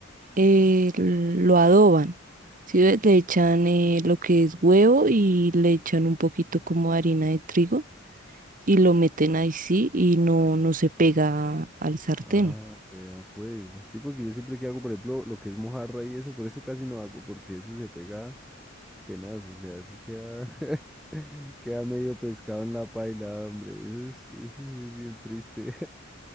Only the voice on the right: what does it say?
eh, lo adoban. Sí, ve, le echan eh, lo que es huevo y le echan un poquito como de harina de trigo y lo meten ahí sí y no, no se pega al sartén.